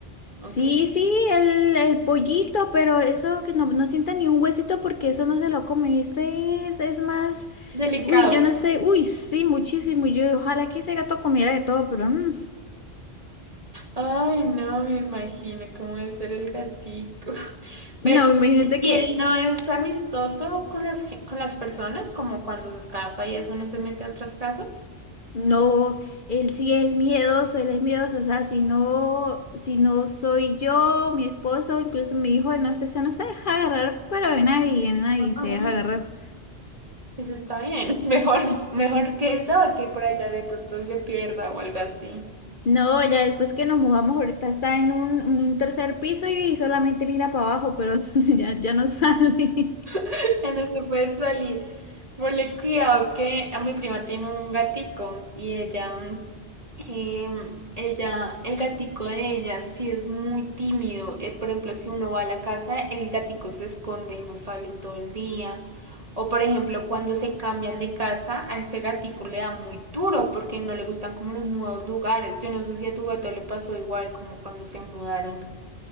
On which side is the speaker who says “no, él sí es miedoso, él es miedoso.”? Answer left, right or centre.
Left